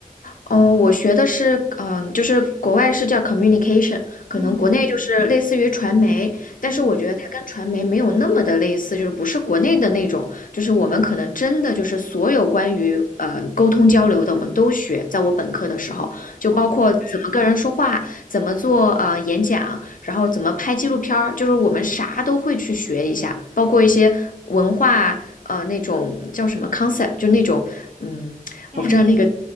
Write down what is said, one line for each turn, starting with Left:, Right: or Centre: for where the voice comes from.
Left: 哦，我学的是，嗯、就是国外是叫 communication，可能国内就是类似于传媒，
Right: 嗯
Left: 但是我觉得它跟传媒没有那么的类似，
Right: 嗯，
Left: 就是不是国内的那种，就是我们可能真的就是所有关于呃沟通交流的，我们都学，在我本科的时候，就包括怎么跟人说话，
Right: 哦，
Left: 怎么做呃演讲，然后怎么拍纪录片儿，就是我们啥都会去学一下，包括一些文化呃那种叫什么 concept，就那种嗯。
Right: 概念，
Left: 我不知道那个